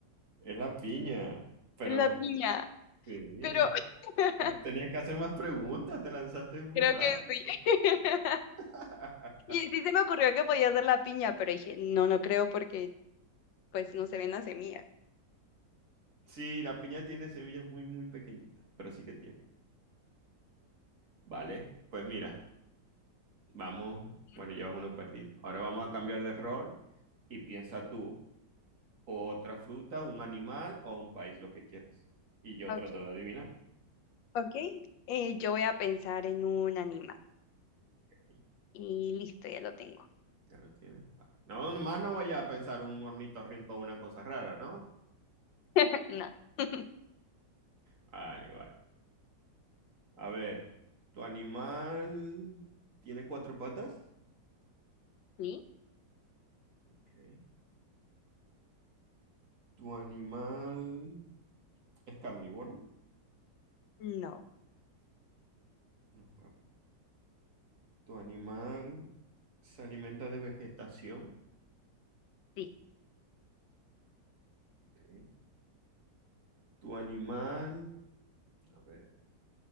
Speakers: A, on the right; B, on the left.
A: Es la piña, pero
B: La piña.
A: sí,
B: Pero <laughs>
A: pero tenías que hacer más preguntas, te lanzaste muy
B: creo
A: rápido.
B: que sí. <laughs>
A: <laughs>
B: Y sí se me ocurrió que podía ser la piña, pero dije, no, no creo porque pues no se ven las semillas.
A: Sí, la piña tiene semillas muy, muy pequeñitas, pero sí que tiene. Vale, pues mira. Vamos,
B: Ujú.
A: bueno, llevas uno perdido. Ahora vamos a cambiar de rol y piensa tú, o otra fruta, un animal o un país, lo que quieras. Y yo
B: Ok.
A: trato de adivinar.
B: Ok, eh, yo voy a pensar en un animal.
A: Ok,
B: Y listo, ya lo tengo.
A: Ya lo tienes. Vale. No, nomás no vaya a pensar un ornitorrinco o una cosa rara, ¿no?
B: <laughs> No. <laughs>
A: <laughs> Vale, vale. A ver, ¿tu animal tiene cuatro patas?
B: ¿Sí?
A: Ok. ¿Tu animal es carnívoro?
B: No.
A: No, es carni- ¿Tu animal se alimenta de vegetación?
B: Sí.
A: Ok. ¿Tu animal A ver.